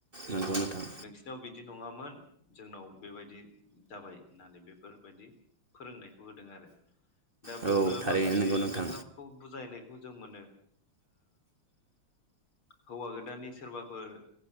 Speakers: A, on the right; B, on the left.
A: नंगौ नोंथां
B: नोंसिनाव बिदि बिदि नङामोन जोंनाव बेबायदि जाबाय होननानै बेफोरबायदि फोरोंनायखौ होदों आरो। दा
A: औ
B: बेयावनो
A: थारैनो
B: माखासे
A: नंगौ नोंथां।
B: खोथाखौ बुजायनाय- खौ जों मोनो। हौवा गोदाननि सोरबाफोर